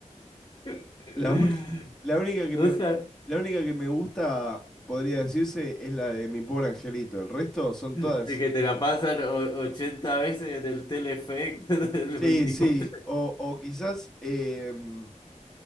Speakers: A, on the left; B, in the centre.
A: <laughs>
B: La única, la única que
A: O
B: me,
A: sea,
B: la única que me gusta, podría decirse, es la de Mi Pobre Angelito. El resto son
A: de
B: todas...
A: que te la pasan o- 80 veces en el Telefe <laughs> del
B: Sí,
A: 24.
B: sí, o, o quizás... em,